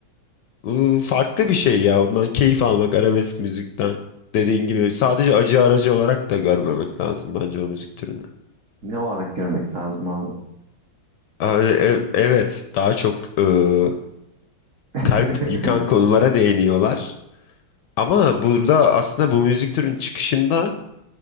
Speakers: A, on the left; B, on the right.
A: ıı, farklı bir şey ya. Ondan keyif almak arabesk müzikten. Dediğin gibi sadece acı aracı olarak da görmemek lazım bence o müzik türünü.
B: ne olarak görmek lazım abi.
A: Ay, e- e, Evet, daha çok ıı,
B: <laughs>
A: kalp yıkan konulara değiniyorlar. Ama burada aslında bu müzik türünün çıkışında